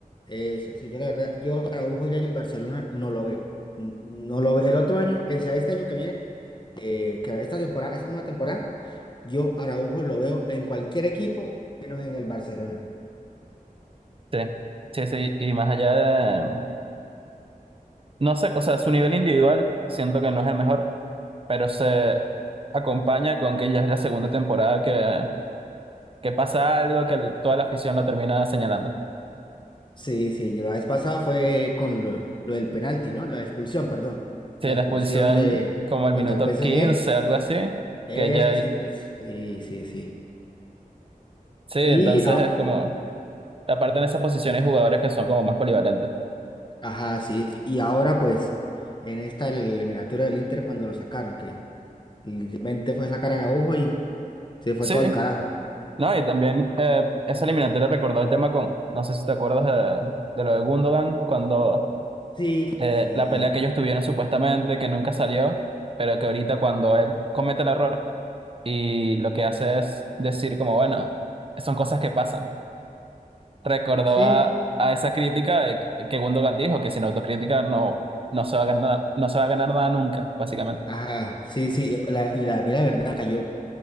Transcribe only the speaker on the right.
Sí, sí, sí. Y más allá de, no sé, o sea, su nivel individual siento que no es el mejor, pero se acompaña con que ya es la segunda temporada que que pasa algo que el- toda la afición lo termina señalando.
Sí,
la
expulsión
como al
minuto
15, algo así,
que ya hay...
Sí, entonces
es como, aparte en esas posiciones jugadores que son como más polivalentes.
Sí,
no, y también eh, esa eliminatoria recordó el tema con, no sé si te acuerdas de, de lo de Gundogan, cuando
eh,
la pelea que ellos tuvieron supuestamente, que nunca salió, pero que ahorita cuando él comete el error y lo que hace es decir como, bueno, son cosas que pasan. recordó
a, a esa crítica de que, que Gundogan dijo que sin autocrítica no, no se va a ganar, no se va a ganar nada nunca, básicamente.